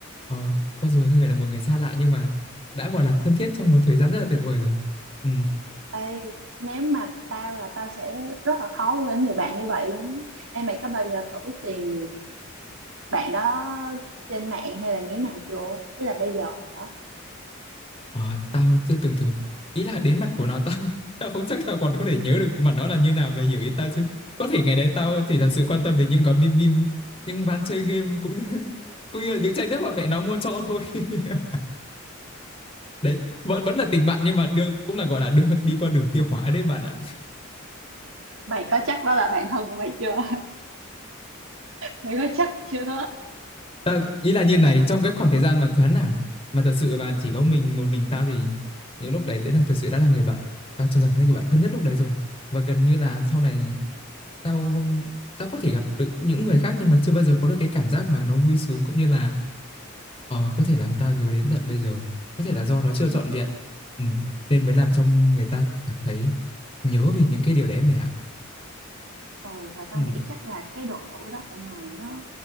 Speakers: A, on the left; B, on the right.
A: ờ cho dù hai người là một người xa lạ nhưng mà đã gọi là thân thiết trong một thời gian rất là tuyệt vời rồi ừ
B: ê Nếu mà tao là tao sẽ rất là khó quên người bạn như vậy luôn á. Ê mày có bao giờ thử tìm bạn đó trên mạng hay là như thế nào chưa Ý là bây giờ á,
A: Ờ, tao chưa từng thử. Ý là đến mặt của nó <laughs> tao tao không chắc tao còn có thể nhớ được mặt nó là như nào mày hiểu ý tao chứ. Có thể ngày đấy tao chỉ thật sự quan tâm đến những gói bim bim, những ván chơi game cũng như <laughs> cũng như là những chai nước mà mẹ nó mua cho thôi. <laughs> Đấy, vẫn vẫn là tình bạn nhưng mà được cũng là gọi là đưa, đi qua đường tiêu hóa đấy bạn ạ.
B: Mày có chắc đó là bạn thân của mày chưa <laughs> Mày có chắc chưa
A: Ta, ý là như này trong cái khoảng thời gian mà chán nản mà thật sự mà chỉ có mình một mình tao thì những lúc đấy đấy là thật sự đã là người bạn tao cho rằng thế người bạn thân nhất lúc đấy rồi và gần như là sau này tao tao có thể gặp được những người khác nhưng mà chưa bao giờ có được cái cảm giác mà nó vui sướng cũng như là ờ có thể làm tao nhớ đến tận bây giờ có thể là do nó chưa trọn
B: Ừ.
A: vẹn ừ, nên mới làm cho người ta cảm thấy nhớ về những cái điều đấy mẹ ạ
B: Ừ, và tao
A: ừ.
B: nghĩ chắc là cái độ tuổi đó của mày nó